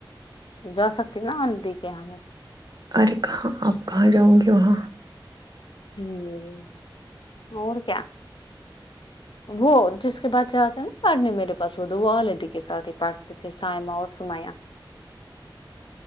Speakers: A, on the left; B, on the right.
A: جا سکتی ہوں نا اہلادی کے یہاں
B: ارے کہاں آپ کہاں جاؤ گی وہاں
A: ہمم اور کیا وہ جس کے بچے آتے ہے نا پڑھنے میرے پاس وہ دو آلدی کے سات ہی پڑ تے تھے سائما اور سمایا